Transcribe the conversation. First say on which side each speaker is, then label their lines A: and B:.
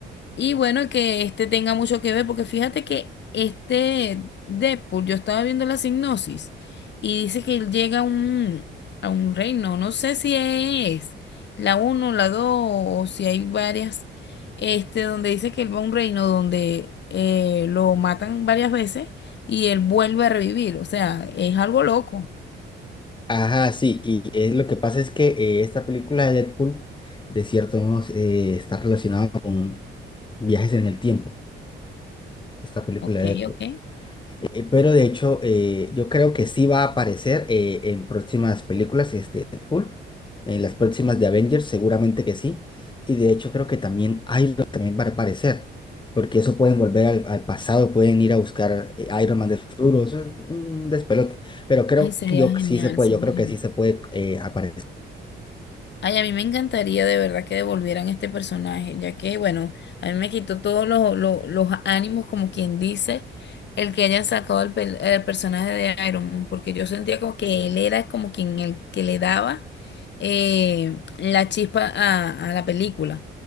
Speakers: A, on the left; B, on the left.
A: Y bueno, que este tenga mucho que ver, porque fíjate que este Deadpool, yo estaba viendo la sinopsis y dice que él llega a un, a un reino, no sé si es la uno la 2 o si hay varias, este, donde dice que él va a un reino donde eh, lo matan varias veces y él vuelve a revivir, o sea, es algo loco.
B: Ajá, sí, y eh, lo que pasa es que eh, esta película de Deadpool, de cierto modo, eh, está relacionada con viajes en el tiempo, esta película
A: Ok,
B: de Deadpool.
A: ok.
B: Eh, pero de hecho, eh, yo creo que sí va a aparecer eh, en próximas películas este Deadpool, en las próximas de Avengers, seguramente que sí. Y de hecho creo que también Iron también va a aparecer, porque eso pueden volver al, al pasado, pueden ir a buscar eh, Iron Man del futuro, eso es un despelote. Pero creo
A: Ay, sería
B: que yo que
A: genial,
B: sí se puede,
A: sería
B: yo creo
A: genial.
B: que sí se puede eh, aparecer.
A: Ay, a mí me encantaría de verdad que devolvieran este personaje, ya que, bueno, a mí me quitó todos los, los, los ánimos, como quien dice, el que hayan sacado el, pel- el personaje de Iron Man, porque yo sentía como que él era como quien el que le daba eh, la chispa a, a la película,